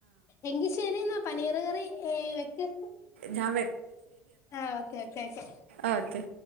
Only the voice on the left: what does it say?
എങ്കി ശരി എന്നാ പനീർ കറി ഏഹ് വെക്ക്
ആഹ് ഓക്കെ ഓക്കെ ഓക്കെ